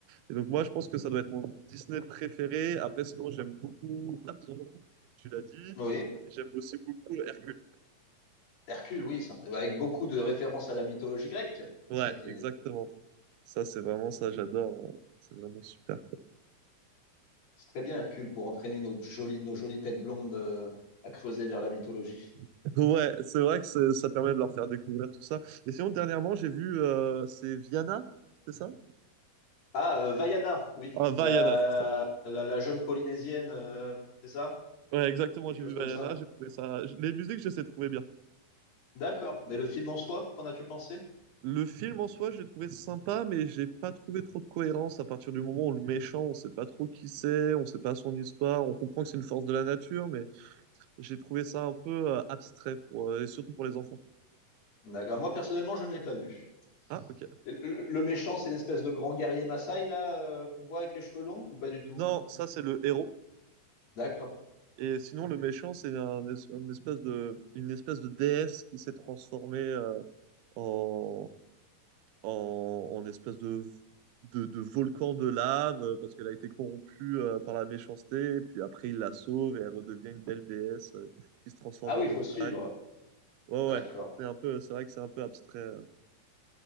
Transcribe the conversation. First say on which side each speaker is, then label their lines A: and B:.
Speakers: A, on the right; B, on the left.
A: Et donc, moi, je pense que ça doit être mon Disney préféré. Après, sinon, j'aime beaucoup Tarzan, comme tu l'as dit.
B: Oui.
A: J'aime aussi beaucoup Hercule.
B: Hercule, oui, sympa. Bah, Avec beaucoup de références à la mythologie grecque. C'est
A: Ouais,
B: ça qui
A: exactement.
B: est
A: Ça, c'est vraiment
B: magnifique.
A: ça, j'adore. euh, C'est vraiment super, quoi.
B: C'est très bien, Hercule, pour entraîner nos jolies, nos jolies têtes blondes euh, à creuser vers la mythologie.
A: <laughs> Ouais, c'est vrai que c'est- ça permet de leur faire découvrir tout ça. Et sinon, dernièrement, j'ai vu, euh, c'est Viana, c'est ça?
B: Ah, euh, Vaiana, oui,
A: Ah, Vaiana,
B: la,
A: c'est ça.
B: la, la jeune Polynésienne, euh, c'est ça?
A: Ouais, exactement,
B: Quelque
A: j'ai
B: chose
A: vu
B: comme
A: Vaiana,
B: ça.
A: j'ai trouvé ça. j- Les musiques, je les ai trouvées bien.
B: D'accord. Mais le film en soi, qu'en as-tu pensé?
A: Le film en soi, j'ai trouvé sympa, mais j'ai pas trouvé trop de cohérence à partir du moment où le méchant, on sait pas trop qui c'est, on sait pas son histoire, on comprend que c'est une force de la nature, mais j'ai trouvé ça un peu euh, abstrait pour, euh, et surtout pour les enfants.
B: D'accord. Moi, personnellement, je ne l'ai pas vu.
A: Ah, ok.
B: Le, le méchant, c'est l'espèce de grand guerrier Maasai, là, euh, qu'on voit avec les cheveux longs, ou pas du tout?
A: Non, ça, c'est le héros.
B: D'accord.
A: Et sinon, le méchant, c'est un, es- un espèce de, une espèce de déesse qui s'est transformée euh, en, en, en espèce de, de, de volcan de lave euh, parce qu'elle a été corrompue euh, par la méchanceté. Et puis après, il la sauve et elle redevient une belle déesse euh, qui se transforme
B: Ah oui,
A: en
B: il
A: montagne.
B: faut suivre.
A: Ouais,
B: D'accord.
A: ouais. C'est un peu, c'est vrai que c'est un peu abstrait. euh.